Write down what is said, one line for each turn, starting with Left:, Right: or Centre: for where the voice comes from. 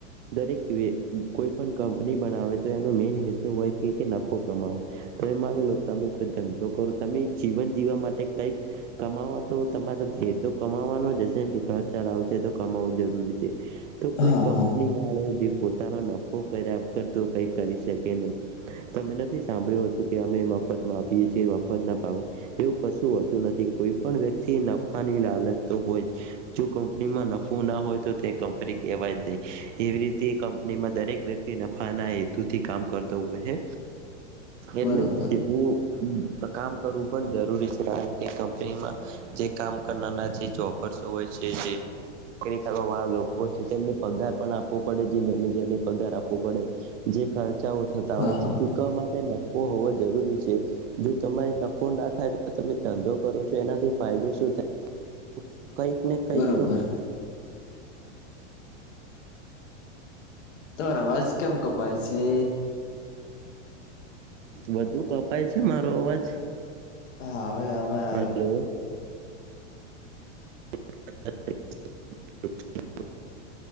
Right: દરેક એવી કોઈ પણ કંપની બનાવે તો એનો મેન હેતુ હોય કે નફો કમાવો. તો એ માની લો તમે કોઈ ધંધો કરો તમે જીવન જીવવા માટે કઈક કમાવવા તો તમારે ધ્યેય તો કમાવાનો જ હસે કે ઘર ચલાવું છે તો કમાવું જરૂરી છે. તો કોઈ
Left: હા
Right: કંપની
Left: હા
Right: વાળો જે પોતાનો નફો કર્યા કરતો કઈ કરી શકે નહી. તમે નથી સાભળ્યું તું કે અમે મફત માપીએ છીએ મફતના ભાવે. એવુ કશું હોતું નથી કોઈ પણ વ્યક્તિ નફાની લાલચ તો હો જ. જો કંપનીમાં નફો ના હોય તો તે કંપની કેવાય જ નઈ. એવી રીતે તે કંપનીમાં દરેક વ્યક્તિ નફાના હેતુથી કામ કરતો હોય હે.
Left: બરોબર
Right: એટલે એ બો કામ કરવું પણ જરૂરી છે કારણ કે, કંપનીમાં જે કામ કરનાર જે જોબર્સો હોય છે જે કેરી કરવા વાળા લોકો છે તેમને પગાર પણ આપો પડે, જે મેનેજરને પગાર આપવો પડે, જે ખર્ચાઓ થતા
Left: હા
Right: હોય
Left: હા
Right: જે ચૂકવવા માટે ઓ હોવો જરૂરી છે. જો તમારી નફો ના થાય તો તમે ધંધો કરો છો, એનાથી ફાયદો શું થાય? કઈક ને કંઈક
Left: બરોબર તોર અવાજ કેમ કપાય છે?
Right: વધુ કપાય છે. મારો અવાજ?
Left: હા હવે હવે આયો.
Right: Hello <inaudible>